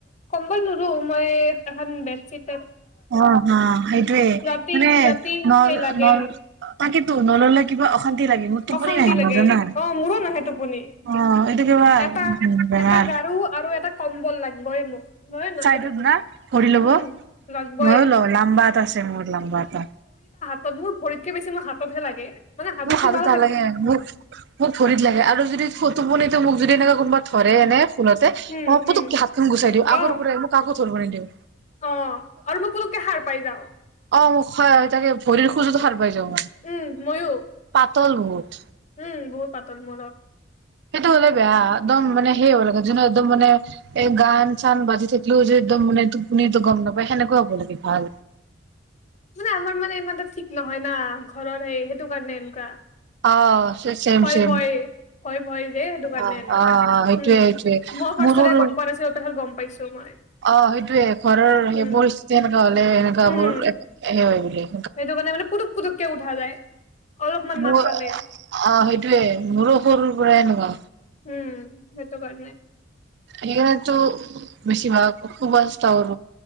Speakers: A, on the left; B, on the right.
A: কম্বল নোৰো মই এখন বেড চিট
B: অ হা, সেইটোৱে
A: ৰাতি
B: মানে
A: ৰাতি
B: ন,
A: সেই লাগে
B: ন, তাকেতো নল'লে কিবা অশান্তি লাগে মোৰ টোপনি
A: অশান্তি
B: নাহে
A: লাগে,
B: মোৰ জানা
A: অ মোৰো নাহে টোপনি।
B: অ এইটো কিবা
A: এটা
B: উম, বেমাৰ
A: এটা গাৰু আৰু এটা কম্বল লাগিবয়ে মোক। নহয় নাহে
B: চাইডোত
A: টোপনি
B: না, ভৰি ল'ব,
A: উম লাগবই
B: ময়ো লও, লাম্বা এটা আছে মোৰ লাম্বা এটা।
A: ত মোৰ ভৰিতকে বেছি মই হাতত তহে লাগে মানে
B: মোৰ হাতত নালাগে
A: হ
B: আৰু মোক, মোক ভৰিত লাগে। আৰু যদি টোপনিটো মোক যদি এনেকুৱ কোনবা ধৰে এনে ভোলতে,
A: উম
B: মই
A: হম
B: পোতোককে হাতখন গুচাই দিওঁ। আগৰ
A: অ
B: পৰাই মোক আ কৰিব নিদিয়ে
A: অ আৰু মই তোলোকে সাৰ পাই যাওঁ।
B: অ মোক, তাকে ভৰিৰ খোজোতো সাৰ পাই যাওঁ মানে।
A: উম ময়ো
B: তলমুট।
A: উম বহুত পাতল মোৰ।
B: সেইটো হ'লে বেয়া, একদম মানে সেই হ'ব লাগে যোনো একদম মানে এই গান চান বাজি থাকিলেও যে একদম মানে টোপনি গম নাপায় সেনেকুৱা হ'ব লাগে ভাল।
A: মানে আমাৰ মানে ইমানটা ঠিক নহয় না ঘৰৰ সেই সেইটো কাৰণে এনেকুৱা
B: অঁ চেম
A: ভয়
B: চেম
A: ভয় ভয় ভয় যে সেইটো কাৰণে
B: অঁ
A: এনেকুৱা
B: অঁ অঁ সেইটোয়ে
A: উম
B: সেইটোৱে টোৱে
A: মই ফাৰ্ষ্টতে
B: মোৰ
A: গম পোৱা নাছিলো পাছত গম পাইছো মই
B: অঁ সেইটোয়ে ঘৰৰ সেই
A: উম
B: পৰিস্থিতি সনেকোৱা হলে সনেকোৱা
A: উম
B: বোৰ সেই হয় বো
A: সেইটো কাৰণে মানে পুতুক কৈ উঠা যায় অলপমান
B: মোৰ
A: মাত পালে
B: অঁ সেইটোয়ে মোৰো সৰুৰ পৰাই এনেকুৱা
A: উম সেইটো কাৰনেই
B: সেইটোকাৰো বেছি ভাগ খুব আছ্ত